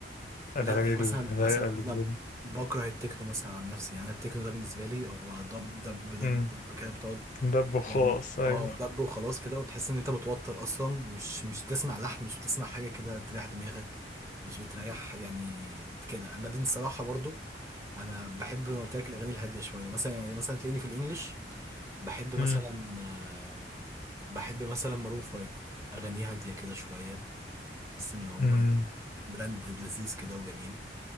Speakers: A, on the left (about 45°); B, on the right (about 15°).
A: الأغاني
B: لا يعني
A: الرايقة
B: مثلا مثلا
A: اللي
B: انا
A: بجد
B: بكره التكنو مثلا عن نفسي يعني أنا التكنو ده بالنسبه لي هو دب دب دب
A: امم
B: دب كده بتقعد
A: ده بخاص
B: يعني
A: أيوه
B: اه دب وخلاص كده وتحس ان انت متوتر اصلا مش مش بتسمع لحن مش بتسمع حاجه كده تريح دماغك مش بتريح يعني كده انا بصراحه برضو انا بحب انا قلت لك الاغاني الهاديه شويه مثلا يعني مثلا تلاقيني في الانجليش بحب مثلا
A: مم.
B: آه، بحب مثلا مارون فايف اغانيه هاديه كده شويه بحس ان هم
A: مم.
B: براند لذيذ كده وجميل